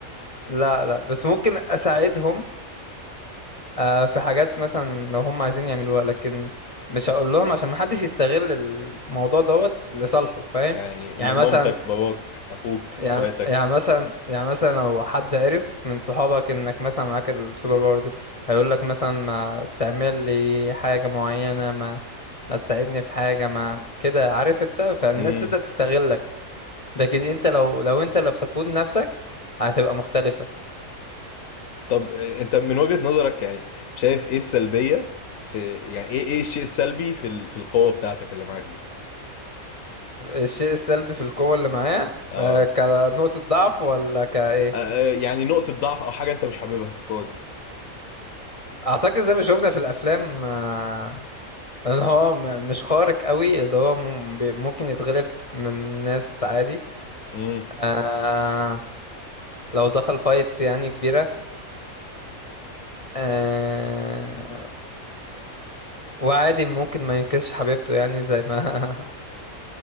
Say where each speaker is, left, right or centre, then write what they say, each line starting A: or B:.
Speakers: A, on the left; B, on the left.
A: لا لا بس ممكن اساعدهم آه، في حاجات مثلا لو هم عايزين يعملوها لكن مش هقول لهم عشان محدش يستغل الموضوع دوت لصالحه فاهم
B: يعني م-
A: يعني مثلا
B: مامتك باباك اخوك
A: يعني
B: اخواتك
A: يعني مثلا يعني مثلا لو حد عرف من صحابك انك مثلا معاك السوبر باور دي هيقول لك مثلا ما تعمل لي حاجة معينة ما ما تساعدني في حاجة ما كده عارف انت فالناس
B: امم.
A: تبدأ تستغلك لكن انت لو لو انت اللي بتقود نفسك هتبقى مختلفة
B: طب آه، انت من وجهة نظرك يعني شايف ايه السلبية في يعني ايه ايه الشيء السلبي في ال... في القوة بتاعتك اللي معاك دي
A: الشيء السلبي في القوة اللي معاه
B: اه
A: آه، كنقطة ضعف ولا كايه
B: آه، آه، يعني نقطة ضعف او حاجة انت مش حاببها في القوة دي
A: اعتقد زي ما شفنا في الافلام آه، ان هو م- مش خارق قوي اللي هو مم- بي- ممكن يتغلب من ناس عادي
B: امم
A: آه، لو دخل فايتس يعني كبيرة آه، وعادي ممكن ما ينقذش حبيبته يعني زي ما <laughs>